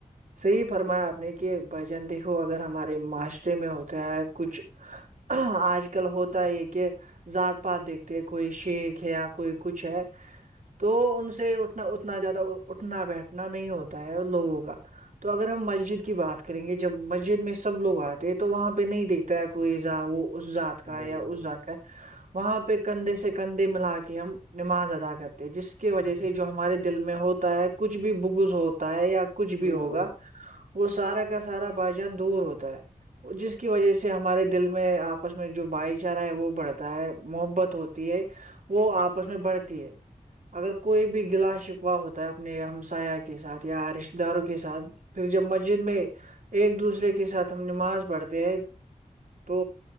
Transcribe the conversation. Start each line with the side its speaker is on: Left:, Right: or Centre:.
Right: صحیح فرمایا آپ نے کہ بھائی جان دیکھو اگر ہمارے معاشرے میں ہوتا ہے کچھ آج کل ہوتا ہے کہ ذات پات دیکھتے ہیں کوئی شیخ ہے یا کوئی کچھ ہے تو ان سے اٹھنا اتنا زیادہ اٹھنا بیٹھنا نہیں ہوتا ہے لوگوں کا تو اگر ہم مسجد کی بات کریں گے جب مسجد میں سب لوگ آتے ہیں تو وہاں پہ نہیں دیکھتے کوئیا وہ اس ذات کا
Left: بالکل
Right: یا اس ذات کا وہاں پہ کندھے سے کندھے ملا کے ہم نماز ادا کرتے جس کی وجہ
Left: بالکل
Right: سے جو ہمارے دل میں ہوتا ہے کچھ بھی بگوز ہوتا ہے یا کچھ
Left: بالکل
Right: بھی ہوگا وہ سارا کا سارا بھائی جان دور ہوتا ہے جس کی وجہ سے ہمارے دل میں آپس میں جو بھائی چارہ ہے وہ بڑھتا ہے محبت ہوتی ہے وہ آپس میں بڑھتی ہے اگر کوئی بھی گلا شکوہ ہوتا ہے اپنے ہمسایہ کے ساتھ یا رشتے ش داروں کے ساتھ پھر جب مسجد میں ایک دوسرے کے ساتھ ہم نماز پڑھتے ہیں تو